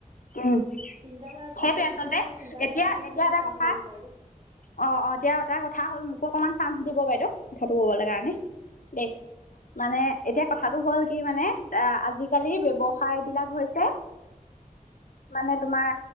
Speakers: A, on the left (about 70°); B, on the right (about 45°).
A: উম
B: চিন্তাধাৰা বিলাক
A: সেইটোৱে
B: প্ৰকৃত
A: আচলতে
B: এটা চিন্তাধাৰা
A: এতিয়া
B: ৰাখি
A: এতিয়া
B: মেলি আমি
A: এটা
B: কাম
A: কথা
B: কৰিব পাৰিব লাগিব।
A: অ অ এতিয়া তাৰ কথা হ'ল মোকো অকমান চান্স দিব বাইদেউ কথাটো কবলৈ কাৰণে দেই মানে এতিয়া কথাটো হ'ল কি মানে অ আজিকালি ব্য্ৱসায় বিলাক হৈছে যে
B: <inaudible>
A: মানে তোমাৰ